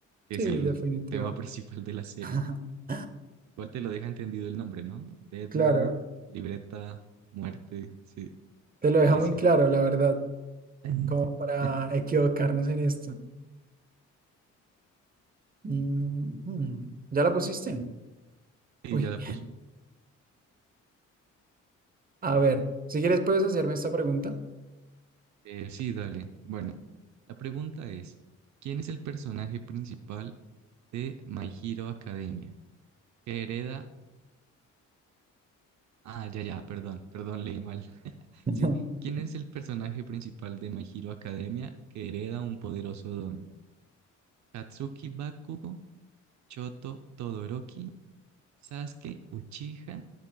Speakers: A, on the right (about 65°); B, on the right (about 30°).
A: Que
B: Sí,
A: es el
B: definitivo.
A: tema <laughs> principal de la serie.
B: <laughs>
A: Igual te lo deja entendido el nombre, ¿no? Death
B: Claro,
A: Note, libreta, muerte, sí,
B: te lo
A: sí,
B: deja muy
A: sí.
B: claro, la verdad,
A: <laughs>
B: como para equivocarnos en esto. Mm, hmm. ¿Ya la pusiste?
A: Y
B: Uy.
A: ya la puse.
B: A ver, si quieres puedes hacerme esta pregunta.
A: Eh, sí, dale. Bueno, la pregunta es, ¿quién es el personaje principal de My Hero Academia que hereda Ah, ya, ya, perdón, perdón, leí mal. <laughs>
B: <laughs>
A: Sí, ¿quién es el personaje principal de My Hero Academia que hereda un poderoso don? ¿Katsuki Bakugo, Choto Todoroki, Sasuke Uchiha